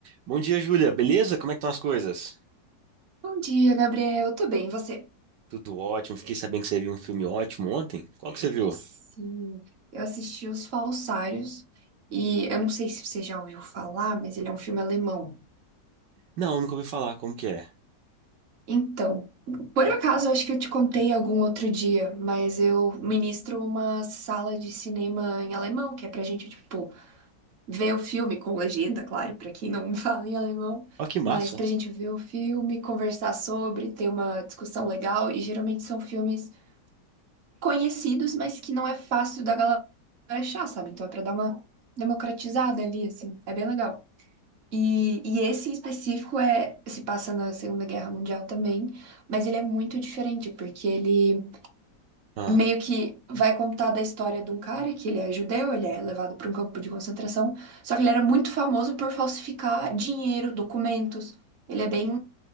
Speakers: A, on the right; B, on the right.
A: Bom dia, Júlia. Beleza? Como é que estão as coisas?
B: Bom dia, Gabriel. Eu tô bem, e você?
A: Tudo ótimo. Fiquei sabendo que você viu um filme ótimo ontem. Qual que você viu?
B: Sim, eu assisti Os Falsários e eu não sei se você já ouviu falar, mas ele é um filme alemão.
A: Não, nunca ouvi falar. Como que é?
B: Então, por acaso, eu acho que eu te contei algum outro dia, mas eu ministro uma sala de cinema em alemão, que é pra gente, tipo, ver o filme com legenda, claro, pra quem não <laughs> fala em alemão,
A: Ó, que massa.
B: mas pra gente ver o filme, conversar sobre, ter uma discussão legal, e geralmente são filmes. conhecidos, mas que não é fácil da galera achar, sabe? Então é pra dar uma democratizada ali, assim. É bem legal. E, e esse em específico é, se passa na Segunda Guerra Mundial também, mas ele é muito diferente, porque ele
A: Ah,
B: meio que vai contar da história de um cara que ele é judeu, ele é levado para um campo de concentração, só que ele era muito famoso por falsificar dinheiro, documentos. Ele é bem,